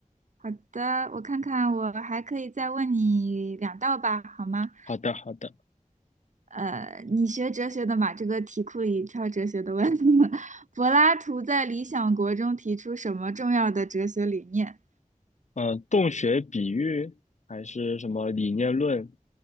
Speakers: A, on the right; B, on the left.
A: 好的，我看看，我还可以再问你两道吧，好吗？
B: 好的，好的。
A: 呃，你学哲学的嘛，这个题库里挑哲学的问。<laughs> 柏拉图在《理想国》中提出什么重要的哲学理念？
B: 嗯，洞穴比喻还是什么理念论？